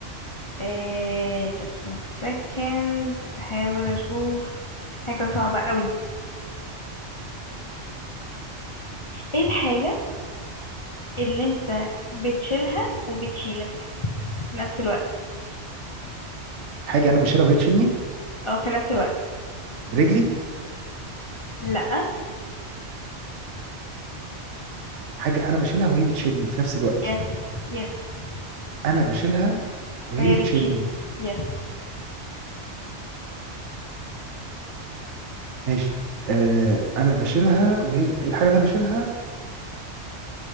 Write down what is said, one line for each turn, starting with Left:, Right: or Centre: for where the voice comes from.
Left: آه، just one second بحاول اشوف حاجة صعبة قوي ايه الحاجة اللي انت بتشيلها وبتشيلك في نفس الوقت
Right: حاجة أنا بشيلها وهي تشيلني
Left: او في نفس الوقت
Right: رجلي
Left: لا
Right: حاجة أنا بشيلها وهي بتشيلني في نفس الوقت
Left: يس يس
Right: أنا
Left: يس
Right: بشيلها وهي
Left: وهي
Right: تشيلني
Left: بتشيل يس
Right: ماشي آه أنا بشيلها وهي الحاجة اللي أنا بشيلها